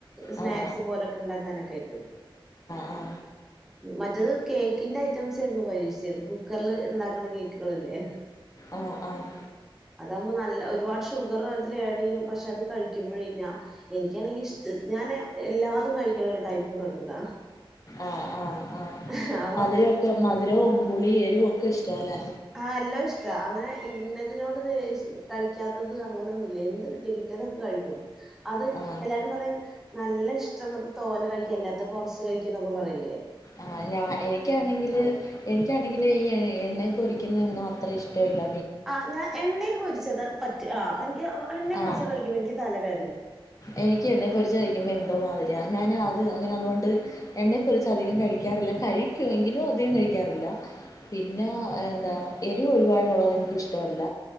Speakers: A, in the centre; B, on the left.
A: സ്നാക്സ്
B: ആ.
A: പോലൊക്കെ ഉണ്ടാക്കാനൊക്കെ ആയിട്ട്
B: ആഹ്
A: മറ്റത് കേക്കിന്റെ ഐറ്റംസ് ആയിരുന്നു പരീക്ഷിച്ചിരുന്നു കുക്കറ്ല് ഇണ്ടാക്ക്ണ കേക്കുകൾ ഇല്ലേ
B: ആഹ് ആഹ്
A: അതാവുമ്പോ നല്ല ഒരുപാട് ഷുഗർ അതിൽ ആഡ് യ്യും പഷെ അത് കഴിക്കുമ്പോഴെ ഞ്ഞാ എനിക്കാണെങ്കി ഇഷ്ട്ട് ഞാന് എല്ലാതും കഴിക്ക്ണ ഒരു ടൈപ്പ് പ്രകൃത.
B: ആഹ് ആഹ് ആഹ്
A: ഹ് ആവോ
B: മധുരമൊക്കെ മധുരവും പുളി എരു ഒക്കെ ഇഷ്ടലെ?
A: ആഹ് എല്ലോ ഇഷ്ട അങ്ങനെ ഇന്നതിനോട് ത് ഇഷ് കഴിക്കാത്തത് അങ്ങനൊന്നു ഇല്ല എന്ത് കിട്ടി ഞാനൊക്കെ കഴിക്കും അത്
B: ആഹ്
A: എല്ലാരും പറയും നല്ല ഇഷ്ടള്ളപ്പൊ തോന കഴിക്കും അല്ലാത്തപ്പൊ കൊറച്ച് കഴിക്ക ന്നൊക്കെ പറയില്ലെ?
B: ആഹ് ഞാ എനിക്കാണെങ്കില് എനിക്കാണെങ്കില് ഈ എണ്ണ പൊരിക്കുന്നൊന്നും അത്ര ഇഷ്ടവില്ല.
A: ആഹ് ഞാ എണ്ണേയിൽപൊരിച്ചത് പറ്റ് ആഹ് എനിക്ക് ഒ എണ്ണയിൽ
B: ആഹ്
A: പൊരിച്ചത് കഴിക്കുമ്പോ ഇനിക്ക് തലവേദന
B: എനിക്ക് എണ്ണെ പൊരിച്ച കഴിക്കുമ്പോ എന്തോ മാതിരിയാ ഞാൻ അത് അങ്ങനെ അതോണ്ട്. എണ്ണേ പൊരിച്ച് അധികം കഴിക്കാറില്ല കഴിക്കും എങ്കിലും അധികം കഴിക്കാറില്ല. പിന്നാ എന്താ എരു ഒരുപാടുള്ളോത് എനിക്കിഷ്ടമല്ല.